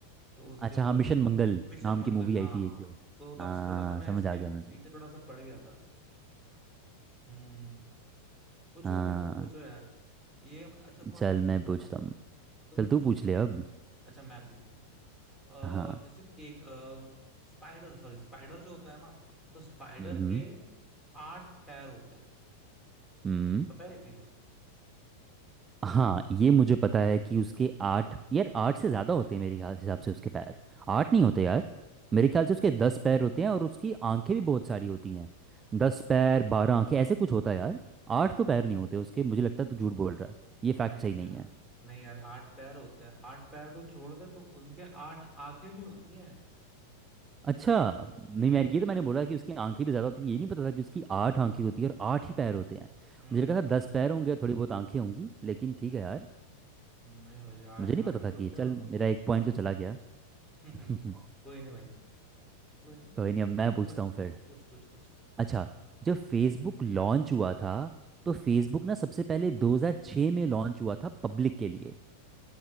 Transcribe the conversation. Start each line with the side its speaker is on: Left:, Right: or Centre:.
Centre: तो उसके
Right: अच्छा
Centre: बाद
Right: हाँ मिशन
Centre: से
Right: मंगल
Centre: मिशन
Right: नाम
Centre: मंगल
Right: की मूवी
Centre: हाँ
Right: आई थी
Centre: हाँ
Right: एक जो
Centre: तो तब
Right: हाँ
Centre: से थोड़ा सा मैं
Right: समझ
Centre: इसके
Right: आ गया मुझे
Centre: पीछे थोड़ा सा पड़ गया था हम्म पूछो
Right: हाँ
Centre: अभी तुम पूछो यार ये अच्छा कौन
Right: चल
Centre: पूछेगा
Right: मैं पूछता
Centre: अभी
Right: हूँ
Centre: तुम
Right: चल
Centre: ही पूछो
Right: तू पूछ
Centre: हाँ
Right: ले अब
Centre: अच्छा मैं पूछ लेता हूँ
Right: हाँ
Centre: अ, जैसे केक स्पाइडर सॉरी स्पाइडर जो होता है ना तो स्पाइडर
Right: हम्म
Centre: के आठ पैर होते हैं
Right: हम्म
Centre: पता है ये चीज
Right: हाँ ये मुझे पता है कि उसके आठ यार आठ से ज़्यादा होते हैं मेरे ख्याल हिसाब से उसके पैर आठ नहीं होते यार मेरे ख्याल से उसके दस पैर होते हैं और उसकी आंखें भी बहुत सारी होती हैं दस पैर बारह आंखें ऐसे कुछ होता है यार आठ तो पैर नहीं होते उसके मुझे लगता है तू झूठ बोल रहा है ये फैक्ट
Centre: नहीं
Right: सही नहीं
Centre: यार
Right: है
Centre: नहीं यार आठ पैर होते हैं आठ पैर तो छोड़ दे तो उनके आठ आंखें भी होती हैं
Right: अच्छा नहीं
Centre: हम्म
Right: मैं ये तो मैंने बोला कि उसकी आंखें भी ज़्यादा होती हैं ये नहीं पता था कि उसकी आठ आंखें होती है और आठ ही पैर होते हैं
Centre: हम्म
Right: मुझे लगा था दस पैर होंगे और थोड़ी बहुत आंखें होंगी लेकिन ठीक है यार
Centre: नहीं भाई आठ
Right: मुझे नहीं पता
Centre: आठ
Right: था
Centre: ही होते
Right: कि ये, चल
Centre: हैं दोनों
Right: मेरा एक पॉइंट तो चला गया
Centre: <laughs>
Right: <laughs>
Centre: कोई नहीं भाई कोई नहीं कोई
Right: कोई
Centre: नहीं
Right: नहीं अब मैं
Centre: अब
Right: पूछता
Centre: पूछ
Right: हूँ फिर
Centre: पूछ पूछ पूछ
Right: अच्छा जब फेसबुक लॉन्च हुआ था तो फेसबुक ना सबसे पहले 2006 में लॉन्च हुआ था पब्लिक के लिए